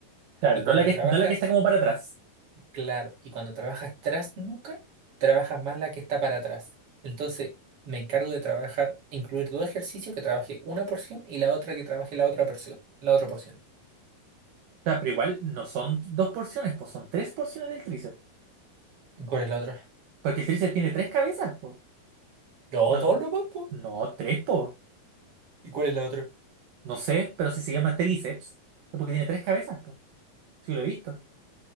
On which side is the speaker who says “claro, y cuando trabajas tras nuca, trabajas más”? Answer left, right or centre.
Right